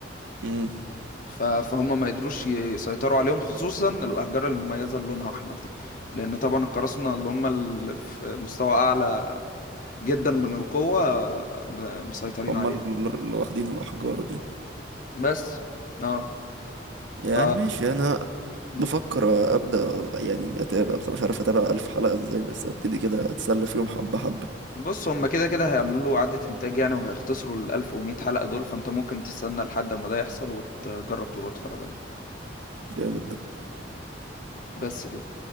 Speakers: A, on the right; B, on the left.
A: امم
B: ف- فهم ما قدروش ي- يسيطروا عليهم خصوصا الأحجار المميزة اللي لونها أحمر دي لأن طبعا القراصنة اللي هم اللي في مستوى أعلى جدا من القوة م- مسيطرين
A: هم
B: عليها
A: ال- اللي واخدين الاحجار دي
B: بس اه
A: يعني
B: ف
A: ماشي انا
B: مم.
A: بفكر ابدا يعني اتابع بس مش عارف اتابع الف حلقه ازاي بس ابتدي كده اتسلى فيهم حبه حبه
B: بص هم كده كده هيعملوا له إعادة إنتاج يعني وهيختصروا ال 1100 حلقة دول فأنت ممكن تستنى لحد ما ده يحصل وتجرب تبقى تتفرج عليه
A: جامد ده
B: بس كده